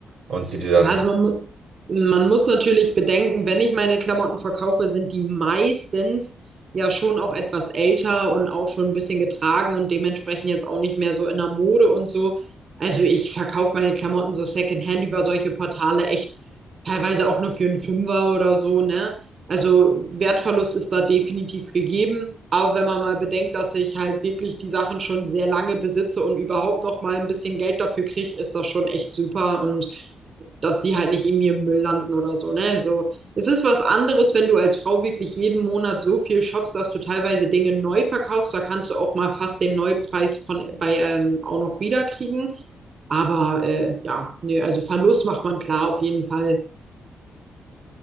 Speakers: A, on the right (about 80°); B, on the right (about 60°).
A: und sie dir dann,
B: Ja, also man, mu- man muss natürlich bedenken, wenn ich meine Klamotten verkaufe, sind die meistens ja schon auch etwas älter und auch schon ein bisschen getragen und dementsprechend jetzt auch nicht mehr so in der Mode und so. Also ich verkaufe meine Klamotten so Secondhand über solche Portale echt teilweise auch nur für einen Fünfer oder so, ne? Also Wertverlust ist da definitiv gegeben, aber wenn man mal bedenkt, dass ich halt wirklich die Sachen schon sehr lange besitze und überhaupt noch mal ein bisschen Geld dafür kriege, ist das schon echt super und dass die halt nicht irgendwie im Müll landen oder so, ne? So, es ist was anderes, wenn du als Frau wirklich jeden Monat so viel shoppst, dass du teilweise Dinge neu verkaufst. Da kannst du auch mal fast den Neupreis von bei ähm, auch noch wiederkriegen. Aber äh, ja, nee, also Verlust macht man klar auf jeden Fall.